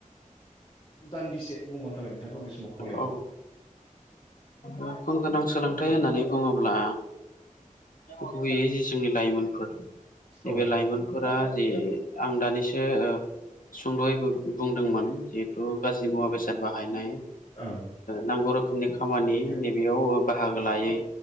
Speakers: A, on the left (about 40°); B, on the left (about 80°).
A: दान्दिसे बुंबावनो थाबाय नोंथांखौ आं बे समाव खावलायबाय
B: औ औ गुन गोनां सोलोंथाइ होननानै बुङोब्ला गुबैयै जे जोंनि लाइमोनफोर नैबे
A: औ
B: लाइमोनफोरा जि आं दानिसो ओ सुंद'यैबो बुंदोंमोन जिहेथु गाज्रि मुवा बेसाद ाद बाहायनाय
A: ओं
B: नांगौ रोखोमनि खामानि नैबेयाव बाहागो लायै